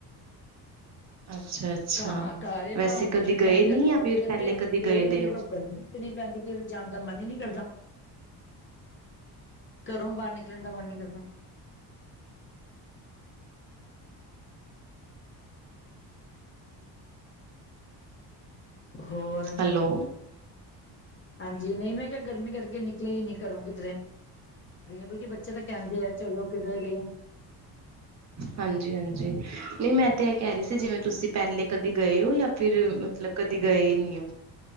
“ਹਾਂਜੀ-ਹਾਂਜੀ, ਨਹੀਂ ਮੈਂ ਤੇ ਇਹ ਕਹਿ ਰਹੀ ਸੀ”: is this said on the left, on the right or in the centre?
Right